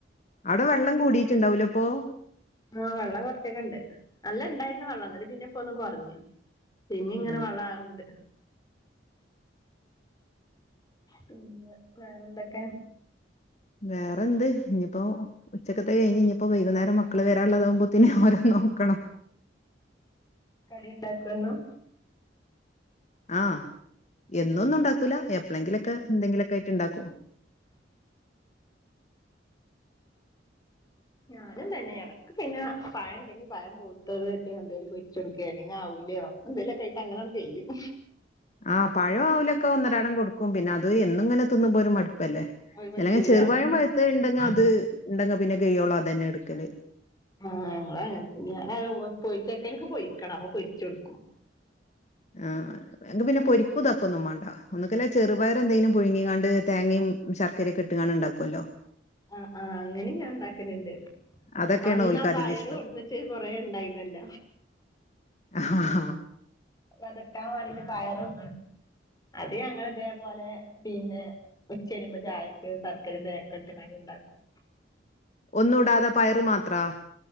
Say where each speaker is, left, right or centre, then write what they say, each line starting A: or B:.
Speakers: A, on the left; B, on the left.
A: അടെ വള്ളം കൂടീറ്റിണ്ടാവുലേ പോ
B: ആ വള്ളം കൊർച്ചൊക്കെണ്ട് നല്ല ഇണ്ടായിരുന്നു വള്ളം എന്നട്ട് പിന്നെ ഇപ്പ ഒന്ന് കൊറഞ്ഞു പിന്നീങ്ങനെ
A: ഉം
B: വള്ളാവിണ്ട് പിന്നെ വേറെന്തെക്കെ
A: വേറെന്ത് ഇഞ്ഞ്പ്പോ ഉച്ചക്കത്തെ കയ്ഞ്ഞിപ്പോ വൈകുന്നേരം മക്കള് വരാള്ളതമ്പോത്തിന് ഓരെ നോക്കണം
B: കടി ഉണ്ടാക്കോ എന്നും?
A: ആ എന്നൊന്നുണ്ടാക്കൂല എപ്പഴെങ്കിലൊക്കെ എന്തെങ്കിലൊക്കെ ആയിട്ട് ഇണ്ടാക്കും
B: ഞാനും തന്നെയാ <unintelligible> നക്ക് പിന്നെ പഴം ഉണ്ടെങ്കിൽ പഴം പയുത്തത് എന്തേങ്കലും പൊരിച്ച കൊടുക്കുക അല്ലെങ്കി അവിലോ എന്തെലൊക്കയിട്ട് അങ്ങനെ കയ്യും
A: ആ പഴം അവിലൊക്കെ ഒന്നരാടം കൊടുക്കും പിന്നെ അത് എന്നും ഇങ്ങനെ തിന്നും മ്പോ ഒരു മടുപ്പല്ലേ
B: അത് പറ്റൂല
A: ചില ചെറുപഴം പയത്ത ഇണ്ടെങ്ക
B: ആഹ്
A: അത് ഉണ്ടെങ്ക പിന്നെ കൈയോളം അത് തന്നെ എടുക്കല്
B: ആ ഞങ്ങളും അങ്ങനെന്നെ. ഞാൻ പൊരിച്ചേക്ക എനിക്ക് പൊരിക്കണം അപ്പൊ പൊരിച്ച കൊടുക്കും
A: ആഹ് ക്ക് പിന്നെ പൊരിക്കും താക്കും ഒന്നും മാണ്ട ഒന്നക്കല്ല ചെറുപയർ എന്തേലും പുഴുങ്ങികാണ്ട് തേങ്ങയും ശർക്കര ഒക്കെ ഇട്ട്കാണ്ട് ഉണ്ടാക്കുല്ലോ
B: ആ ആഹ് അങ്ങനെ ഞാൻ ഉണ്ടാക്കലുണ്ട്
A: അതൊക്കെയാണ്
B: അന്നാ
A: ഓൽക്ക്
B: പയറ്
A: അധികം ഇഷ്ടം
B: കൊടുന്നച്ച കൊറേ ഉണ്ടായിന്നല്ല
A: ആഹ ആഹ്
B: വതക്കാൻ വേണ്ടി് പയറും അത് ഞങ്ങൾ ഇതേപോലെ പിന്നെ ഉച്ച വരുമ്പോ ചായക്ക് സർക്കര തേങ്ങിക്കെ ഇട്ട്ക്കണ്ട് ഉണ്ടാക്കും
A: ഒന്നും ടാതെ പയറ് മാത്രാ